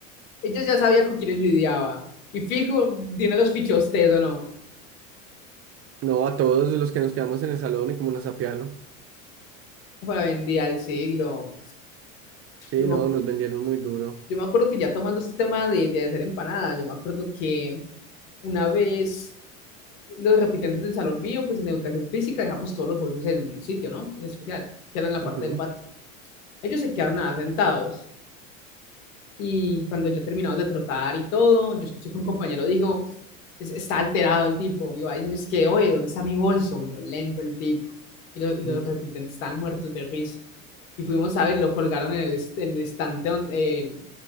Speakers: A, on the left (about 70°); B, on the right (about 35°).
A: Ella ya sabía con quiénes lidiaba. Y fijo, Dina los fichó a usted o no.
B: No, a todos los que nos quedamos en el salón y como nos apiaron.
A: Para vendía el siglo.
B: Sí,
A: Yo me,
B: no,
A: acu-
B: nos vendieron muy duro.
A: yo me acuerdo que ya tomando este tema de, de hacer empanadas, yo me acuerdo que una vez los repitentes del salón bio, pues en educación física dejamos todos los bolsos en un sitio, ¿no? En especial, que era en la parte
B: Ujú.
A: del patio. Ellos se quedaron nada sentados. Y cuando ya terminamos de trotar y todo, yo escuché que un compañero dijo, "Es- está alterado el tipo. Y va a decir, es que, oye, ¿dónde está mi bolso? Violento el tipo. Y, lo- y los
B: Mm.
A: repitentes están muertos de risa. Y fuimos a ver, lo colgaron en el, est- el estante donde, el-